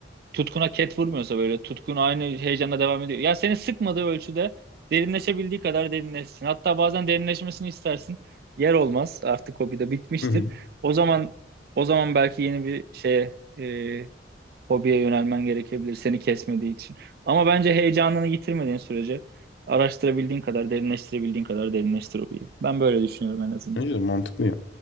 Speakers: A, on the right (about 55°); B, on the left (about 70°).
A: tutkuna ket vurmuyorsa böyle tutkun aynı heyecanla devam ediyor. Ya seni sıkmadığı ölçüde derinleşebildiği kadar derinleşsin. Hatta bazen derinleşmesini istersin. Yer olmaz. Artık hobi de bitmiştir.
B: Hı hı.
A: O zaman o zaman belki yeni bir şeye e, hobiye yönelmen gerekebilir seni kesmediği için. Ama bence heyecanını yitirmediğin sürece araştırabildiğin kadar derinleştirebildiğin kadar derinleştir hobiyi. Ben böyle düşünüyorum en azından.
B: Bence de mantıklı ya.